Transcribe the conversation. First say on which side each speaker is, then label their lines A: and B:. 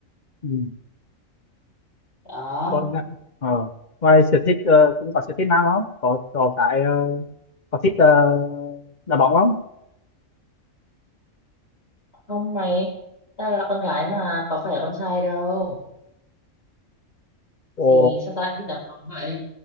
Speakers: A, on the left; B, on the left.
A: ừ.
B: đó
A: còn lại- ờ. ngoài sở thích ờ, cũng có sở thích nào không có có cái ờ, có thích ờ, đá bóng không
B: không mày tao là con gái mà có phải là con trai đâu thì
A: ồ
B: sao tao lại thích đá bóng vậy